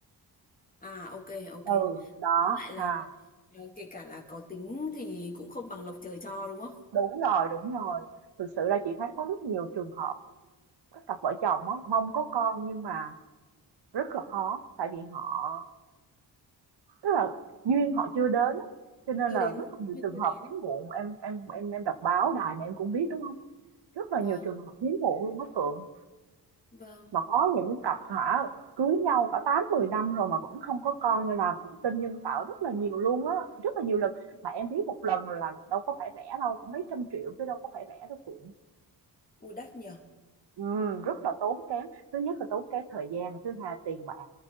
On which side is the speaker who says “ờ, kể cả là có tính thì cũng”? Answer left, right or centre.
Left